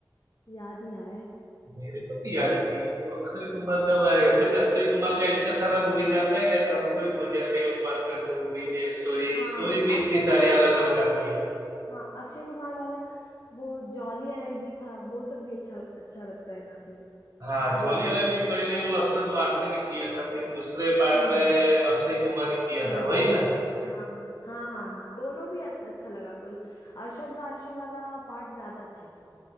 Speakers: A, on the left (about 55°); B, on the right (about 45°).
A: याद नहीं आ रहा है
B: मेरे को भी याद नहीं है वो अक्षय कुमार का भाई ऐसे तो अक्षय कुमार का इतना सारा मूवी जाता है ना तो आपको ही भूल जाते हैं वो कौन कौन से मूवी में स्टोरी
A: हाँ
B: स्टोरी भी इतनी
A: अक्षय कुमार
B: सारी अलग
A: का बात
B: अलग आती
A: करेंगे
B: है
A: हाँ अक्षय कुमार वाला वो जॉली एलएलबी था वो सब भी अच्छा अच्छा लगता है काफी
B: हाँ ज्वाली
A: जॉली
B: वाला
A: एलएलबी
B: भी पहले वो अरशद वारसी ने किया था फिर दूसरे पार्ट
A: हाँ
B: में अक्षय कुमार ने किया
A: हाँ
B: था वही ना
A: हाँ हाँ हाँ हाँ हाँ, दोनों भी अच्छ- अच्छा लगा हमको अरशद वारसी वाला पार्ट ज्यादा अच्छा था